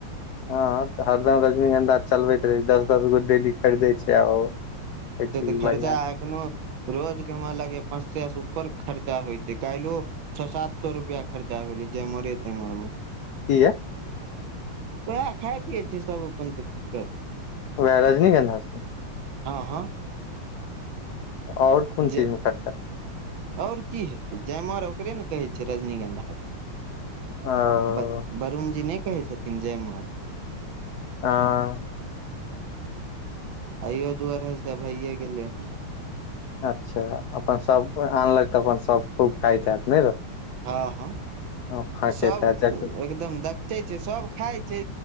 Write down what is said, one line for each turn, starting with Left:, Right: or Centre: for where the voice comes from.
Left: हँ तऽ हरदम रजनीगंधा चलबैत रहै छै दस दस गो डेली खरीदै छै आ ओ चीज
Right: से तऽ खर्चा
Left: बढ़िया
Right: एखनो रोज के हमरा लागैये पाँच सै से ऊपर खर्चा होइ छै काल्हियो छौ सात सौ रुपया खर्चा भेलै जेमरे तेमर मे
Left: कीये
Right: ओएह खाय पियै छियै सब अपन तऽ की करतै
Left: वैहे रजनीगंधा सब
Right: हँ हँ
Left: आओर कोन
Right: जे
Left: चीज मे खर्चा
Right: आओर की हेतै जयमर ओकरे ने कहै छैै रजनीगंधा के
Left: ओ
Right: ब वरुण जी नय कहै छथिन जयमर
Left: हँ
Right: आइयो दू अढ़ाइ से भइए गेलै हन
Left: अच्छा अपन सब आनलक तऽ अपन सब खूब खाइत हैत नय रौ।
Right: हँ हँ
Left: फाँकैत
Right: सब
Left: हैत
Right: एकदम देख बेचै छै सभ खाइ छै